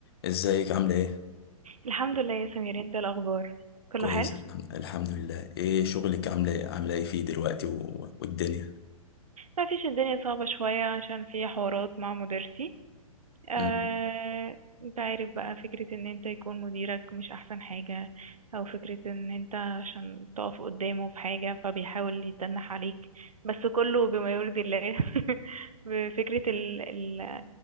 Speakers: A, on the left; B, on the right.
A: ازيك عاملة ايه؟
B: الحمد لله يا سمير انت إيه الاخبار كله
A: كويس
B: حلو
A: الحم- الحمد لله ايه شغلك عاملة ايه؟ عاملة ايه فيه دلوقتي و... والدنيا؟
B: ما فيش الدنيا صعبة شوية عشان في حوارات مع مديرتي آه،
A: مم.
B: انت عارف بقى فكرة ان انت يكون مديرك مش احسن حاجة او فكرة ان انت عشان تقف قدامه في حاجة فبيحاول يتنح عليك بس كله بما يرضي الله <laughs> بفكرة ال ال